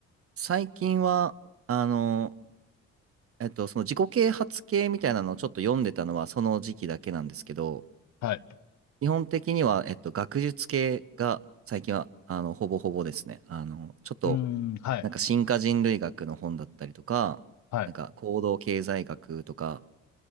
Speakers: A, on the right; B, on the left.
A: 最近は、あの、えっと、その自己啓発系みたいなのをちょっと読んでたのはその時期だけなんですけど、
B: はい。
A: 基本的には、えっと、学術系が最近は、あの、ほぼほぼですね。あの、ちょっと、
B: うん、はい。
A: なんか進化人類学の本だったりとか、
B: はい。
A: なんか行動経済学とか、